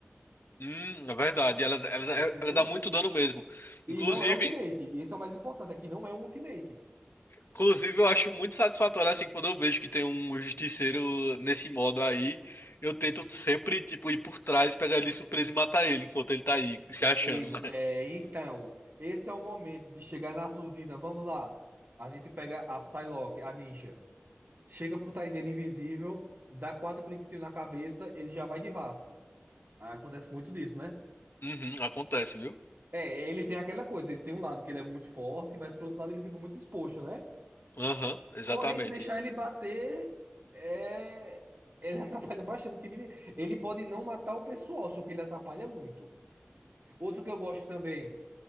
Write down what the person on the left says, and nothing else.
Hum, é verdade. Ela, ela,
ela dá muito dano mesmo.
Inclusive,
inclusive, eu acho muito satisfatório assim quando eu vejo que tem um justiceiro nesse modo aí. Eu tento sempre, tipo, ir por trás, pegar ele de surpresa e matar ele enquanto ele tá aí, se achando,
né?
Uhum, acontece, viu?
Aham, exatamente.